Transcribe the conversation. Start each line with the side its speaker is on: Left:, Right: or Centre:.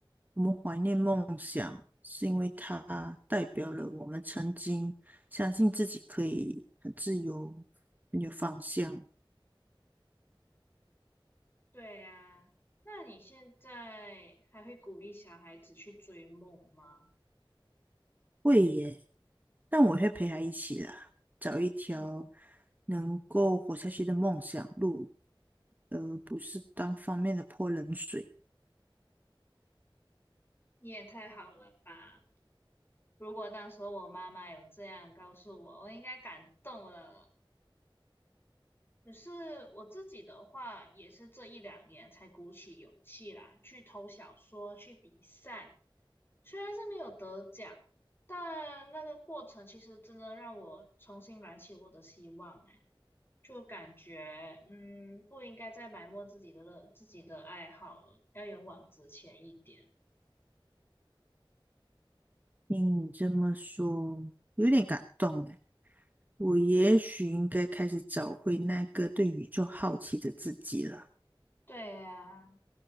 Right: 我们怀念梦想，是因为它代表了我们曾经相信自己可以很自由、很有方向。
Left: 对啊，那你现在还会鼓励小孩子去追梦吗？
Right: 会耶。但我会陪他一起啦，找一条
Left: 嗯，
Right: 能够活下去的梦想路，而不是单方面的泼冷水。
Left: 你也太好了吧！如果当时我妈妈有这样告诉我，我应该感动了。可是我自己的话，也是这一两年才鼓起勇气来去投小说、去比赛。虽然是没有得奖，但那个过程其实真的让我重新燃起我的希望。哎，就感觉嗯，不应该再埋没自己的乐自己的爱好了，要勇往直前一点。
Right: 听你这么说，有点感动哎。我也许应该开始找回那个对宇宙好奇的自己了。
Left: 对呀、